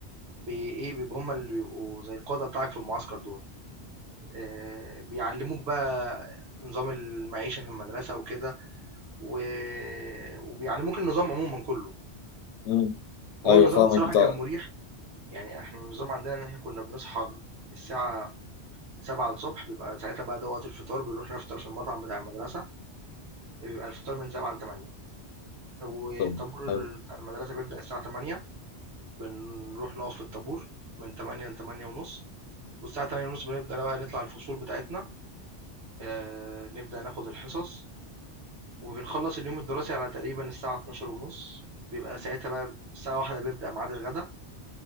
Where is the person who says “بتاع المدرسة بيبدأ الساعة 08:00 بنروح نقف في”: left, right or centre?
Right